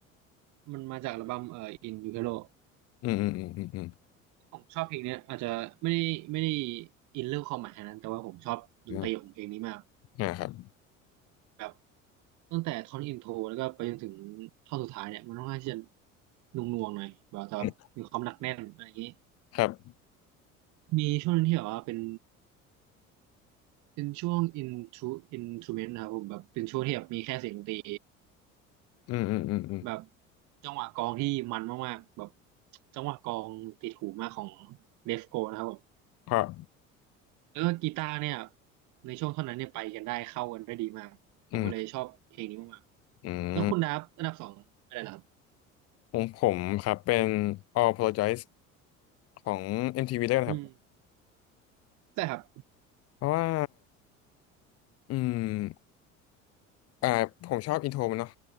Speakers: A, on the right; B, on the left.
A: มันมาจากอัลบั้มเอ่อ In Utero
B: อืม อืม อืม อืมอืม
A: ผมชอบเพลงเนี้ยอาจจะไม่ได้ไม่ได้อินเรื่องความหมายขนาดนั้นแต่ว่าผมชอบดนตรีของเพลงนี้มาก
B: อืมอ่าครับ
A: แบบตั้งแต่ท่อนอินโทรแล้วก็ไปจนถึงท่อนสุดท้ายเนี่ยมันค่อนข้างที่จะหน่วงๆหน่อยแบบแต่แบบมีความหนักแน่นอะไรอย่างนี้
B: อืมครับ
A: มีช่วงหนึงที่แบบว่าเป็น เป็นช่วง intro instrument นะครับผมแบบเป็นช่วงที่แบบมีแค่เสียงดนตรี
B: อืมอืมอืมอืม
A: แบบจังหวะกลองที่มันมากๆแบบจังหวะกลองติดหูมากของเลฟโกนะครับผม
B: เพราะ
A: แล้วก็กีตาร์เนี่ยในช่วงเท่านั้นเนี่ยไปกันได้เข้ากันได้ดีมากผมก็เลยชอบเพลงนี้มากๆแล้วคุณดับอันดับสองอะไรล่ะครับ
B: อืมอืมของผมครับเป็น All Apologize ของ MTV ได้วกันะครับ
A: อืมใช่ครับ
B: เพราะว่า อืม อ่าผมชอบอินโทรมันเนาะ